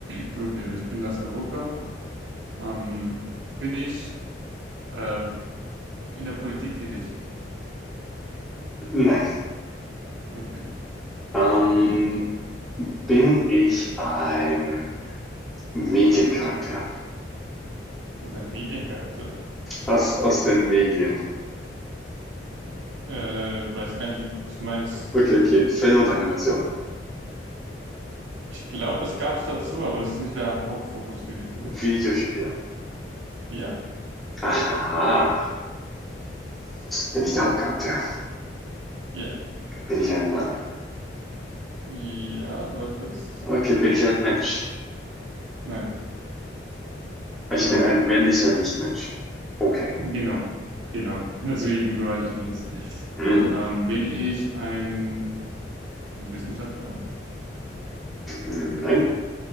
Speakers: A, on the right; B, in the centre.
A: Gut, also ich bin aus Europa. Ähm, bin ich äh, in der Politik tätig?
B: Nein.
A: Okay.
B: Ähm, bin ich ein Mediencharakter?
A: Das ist ein Mediencharakter.
B: Aus aus den Medien.
A: Äh, ich weiß gar nicht, wie du das meinst.
B: Okay, okay, Film und Animation.
A: Ich glaube, das gab es dazu, aber das ist nicht der Hauptfokus gewesen.
B: Videospiel.
A: Ja,
B: Aha. Bin ich der Hauptcharakter?
A: ja,
B: Bin ich ein Mann?
A: ja, soweit ich weiß.
B: Okay, bin ich ein Mensch?
A: Nein.
B: Also
A: So,
B: Ich bin ein männlicher Nichtmensch. Okay.
A: genau, genau. <laughs> Deswegen, soweit ich weiß.
B: Mm,
A: So, ähm, bin ich ein Wissenschaftler?
B: Nein.